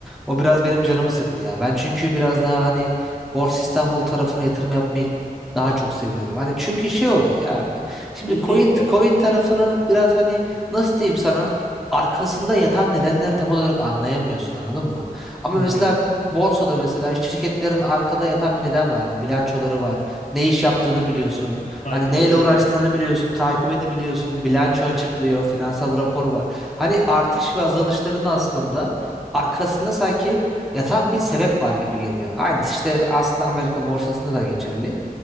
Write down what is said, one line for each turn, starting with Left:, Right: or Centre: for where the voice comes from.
Centre: O biraz benim canımı sıktı ya. Ben çünkü biraz daha hani Borsa İstanbul tarafına yatırım yapmayı daha çok seviyorum. Hani çünkü şey oluyor ya. abi, Şimdi
Left: İlginç
Centre: coin
Left: ya.
Centre: coin tarafını biraz hani nasıl diyeyim sana arkasında yatan nedenleri tam olarak anlayamıyorsun anladın mı? Ama
Left: Hı
Centre: mesela
Left: hı.
Centre: borsada mesela şirketlerin arkada yatan bir neden var. Hani bilançoları var. Ne iş yaptığını biliyorsun. Hani
Left: Takip
Centre: neyle
Left: edebilirim.
Centre: uğraştığını biliyorsun. Takip edebiliyorsun. Bilanço açıklıyor. Finansal rapor var. Hani artış ve azalışların aslında arkasında sanki yatan bir sebep var gibi geliyor. Aynısı işte aslında Amerika borsasında da geçerli.